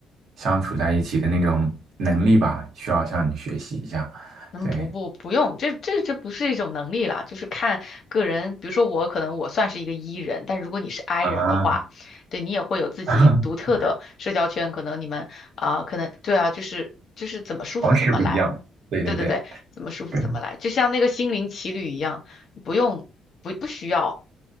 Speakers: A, on the right (about 70°); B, on the left (about 60°).
A: 相处在一起的那种能力吧，需要向你学习一下。
B: 嗯，
A: 对
B: 不不不用，这这这不是一种能力啦，就是看个人。比如说我可能我算是一个 E 人，但如果你是 I
A: 啊，
B: 人的话，对你也会有自己独特的社交圈。
A: <laughs>
B: 可能你们啊、可能对啊，就是就是怎么舒服怎么来。
A: 方式不一样。对对对，
B: 对对对，怎么舒服怎么来，
A: 对
B: 就像那个心灵奇旅一样，不用不不需要